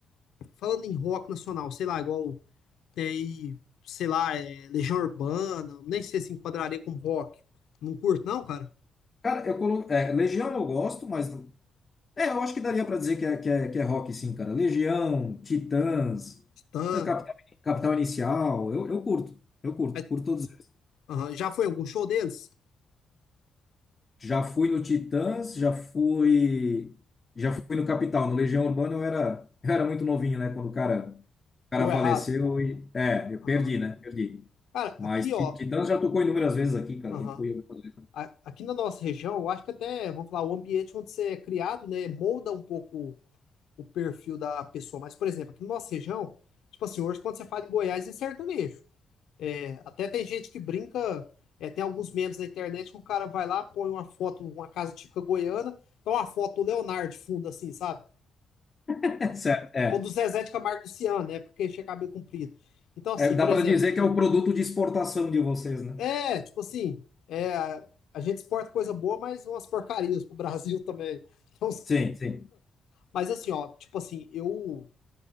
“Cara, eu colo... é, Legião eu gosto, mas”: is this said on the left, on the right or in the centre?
Left